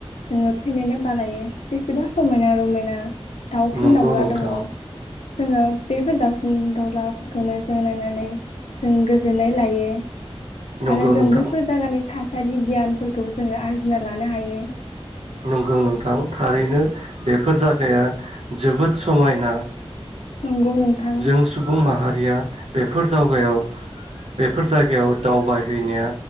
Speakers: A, on the left; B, on the right.
A: जोङो फैनोनो बालायो बेसेबा समायना रमायना। दाउसिन
B: नंगौ
A: दाउला
B: नोंथां
A: दङ। जोङो बेफोर दाउसिन दाउलाफोरखौनो जोङो नायनानै जों गोजोननाय लायो।
B: नंगौ
A: आरो जों
B: नोंथां
A: बैफोर जागानि थासारि गियानफोरखौ जोङो आरजिना लानो हायो।
B: नंगौ नोंथां। थारैनो बेफोर जागाया जोबोद समायना
A: नंगौ नोंथां
B: जों सुबुं माहा रिया बेफोर जावगायाव बेफोर जायगायाव दावबायहैनाया